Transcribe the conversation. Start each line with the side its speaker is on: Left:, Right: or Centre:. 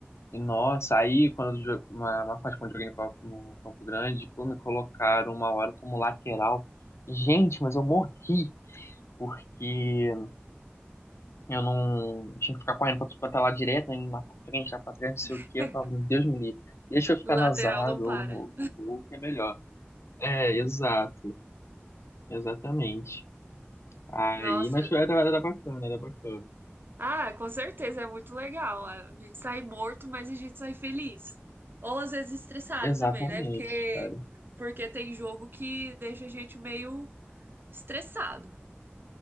Left: E nossa, aí quando eu jo- uma, uma parte quando eu joguei no, campo no campo grande, pô, me colocaram uma hora como lateral. Gente, mas eu morri, porque eu não tinha que ficar correndo pra tudo quanto é lá direto, né? indo Lá pra frente, lá pra trás, não sei o
Right: <laughs>
Left: quê. Eu falava, meu Deus me livre, deixa eu ficar
Right: Lateral
Left: na zaga
Right: não para.
Left: ou no, no gol, que é melhor. É, exato. Exatamente. Aí,
Right: Nossa.
Left: mas era, era bacana, era bacana.
Right: Ah, com certeza, é muito legal. A gente sai morto, mas a gente sai feliz. Ou às vezes estressado
Left: Exatamente,
Right: também, né? Porque,
Left: cara.
Right: porque tem jogo que deixa a gente meio estressado.